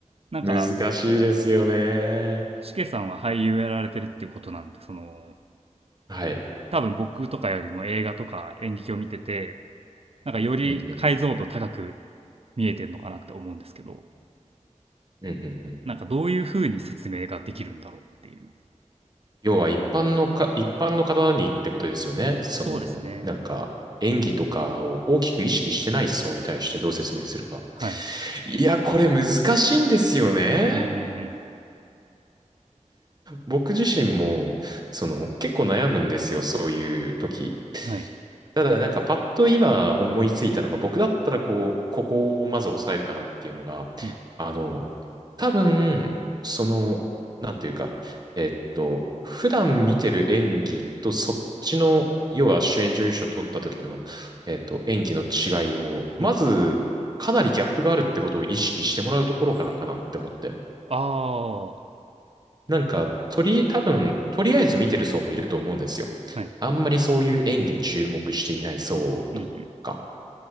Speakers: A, on the right (about 50°); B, on the right (about 30°).
A: なんか
B: 難しいですよね。
A: しけさんは俳優やられてるっていうことなんで、その、
B: はい。
A: 多分僕とかよりも映画とか演劇を見てて、なんかより解像度高く
B: うんうん
A: 見えてるのかなって思うんですけど、
B: うんうんうん。
A: なんかどういう風に説明ができるんだろうっていう。
B: 要は一般のか、一般の方にってことですよね。その、
A: そうですね。
B: なんか、演技とかを大きく意識してない層に対してどう説明するか。
A: はい。
B: いや、これ難しいんですよね。
A: うんうん
B: 僕自身も、その、結構悩むんですよ、そういう時。
A: うん。はい。
B: ただ、なんか、パッと今思いついたのが、僕だったら、こう、ここをまず抑えるかなっていうのが、
A: うん
B: あの、多分、その、なんていうか、えっと、普段見てる演技とそっちの、要は主演女優賞取った時の、えっと、演技の違いを、まず、
A: うんうん。
B: かなりギャップがあるってことを意識してもらうところからかなって思って。
A: ああ、は
B: なんか、とり、多分、とりあえず見てる層もいると思うんですよ。
A: い。
B: あんまりそういう演技に注目していない層とか。
A: うんうん。